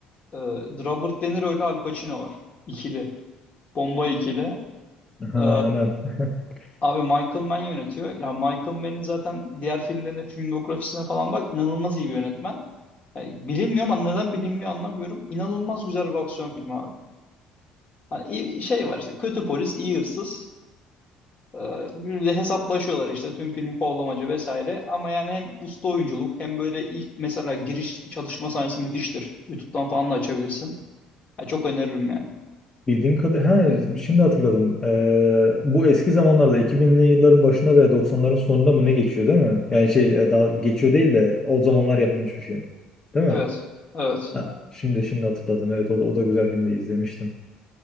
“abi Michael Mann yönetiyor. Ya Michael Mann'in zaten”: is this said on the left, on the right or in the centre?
Left